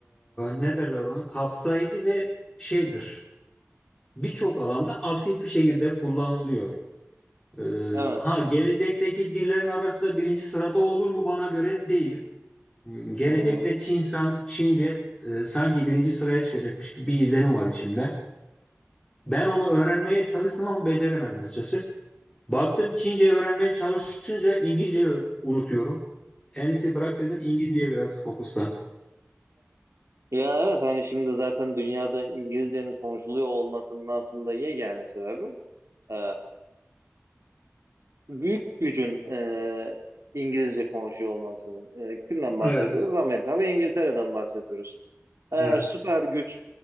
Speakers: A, on the left; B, on the right.
A: ne derler ona kapsayıcı ve şeydir. Birçok alanda aktif bir şekilde kullanılıyor. Eee,
B: Evet.
A: ha gelecekteki dillerin arasında birinci sırada olur mu bana göre değil. Hmm, Gelecekte
B: Hı hı.
A: Çin sanki Çince eee, sanki birinci sıraya çıkacakmış gibi bir izlenim var içimde. Ben onu öğrenmeye çalıştım ama beceremedim açıkçası. Baktım Çince öğrenmeye çalışınca İngilizceyi unutuyorum. En iyisi bırak dedim İngilizceye biraz fokuslan.
B: Ya evet hani şimdi zaten dünyada İngilizcenin konuşuluyor olmasının aslında yegane sebebi e, büyük gücün e, İngilizce konuşuyor olması. E, kimden bahsediyoruz?
A: Evet,
B: Amerika ve İngiltere'den bahsediyoruz. Eğer
A: evet.
B: süper güç